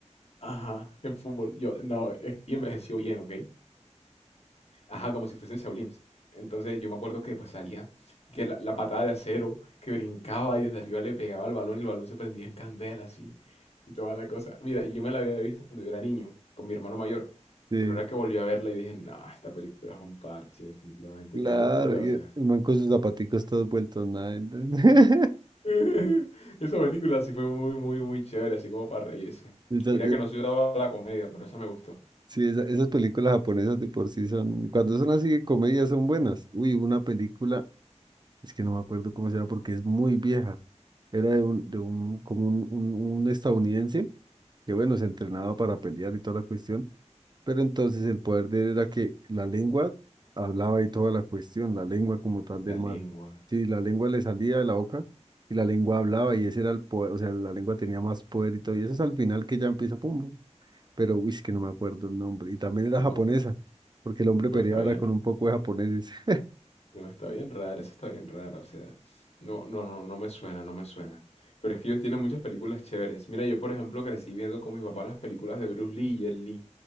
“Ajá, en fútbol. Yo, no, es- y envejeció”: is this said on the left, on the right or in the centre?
Left